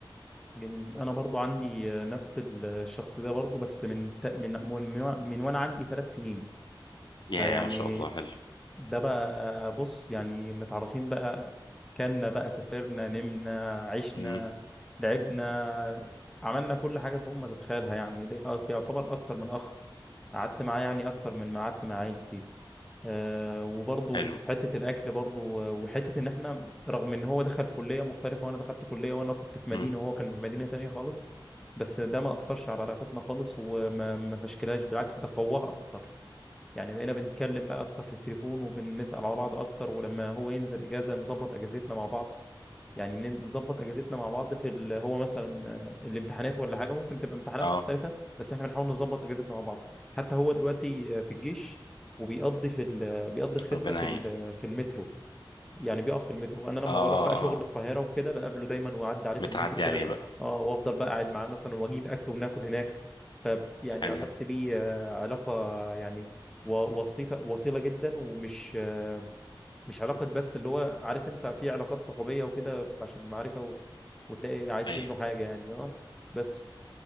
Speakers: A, in the centre; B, on the left (about 60°).
A: جميل انا برضو عندي آه، نفس ال- الشخص ده برضو بس من ت- من من, من وانا عندي ثلاث سنين
B: يا
A: فيعني
B: ما شاء الله حلو
A: ده بقى بص يعني متعرفين بقى كنا بقى سافرنا نمنا عشنا
B: امم
A: لعبنا عملنا كل حاجة في أم ما تتخيلها يعني ده أك- يعتبر أكتر من أخ قعدت معاه يعني أكتر من ما قعدت مع عيلتي أه وبرضه
B: حلو
A: في حتة الأكل برضه آه، وحتة إن إحنا رغم إن هو دخل كلية مختلفة وأنا دخلت كلية وأنا كنت في مدينة
B: امم
A: وهو كان في مدينة تانية خالص بس ده ما أثرش على علاقتنا خالص وما ما فشكلهاش بالعكس ده قواها أكتر يعني بقينا بنتكلم بقى اكتر في التليفون وبنسأل على بعض اكتر ولما هو ينزل اجازة نظبط اجازتنا مع بعض يعني ن- نظبط اجازتنا مع بعض في ال- هو مثلا آه، الامتحانات ولا حاجة ممكن تبقى امتحانات
B: اه
A: مختلفة بس احنا بنحاول نظبط اجازتنا مع بعض حتى هو دلوقتي آه، في الجيش وبيقضي في ال- بيقضي الخدمة
B: ربنا
A: في
B: يعين
A: ال- في المترو يعني بيقف في المترو انا لما
B: اه اه
A: بروح بقى شغل
B: آه.
A: القاهره وكده بقابله دايما واعدي عليه
B: بتعدي
A: في المترو كده
B: عليه بقى
A: اه وافضل بقى قاعد معاه مثلا واجيب اكل وناكل هناك ف يعني
B: حلو
A: علاقتي بيه آه، علاقه يعني و- وسيطه وصيله جدا ومش آه، مش علاقه بس اللي هو عارف انت في علاقات صحوبيه وكده عشان المعرفه و... وتلاقي عايز
B: ايوه
A: منه حاجه يعني اه بس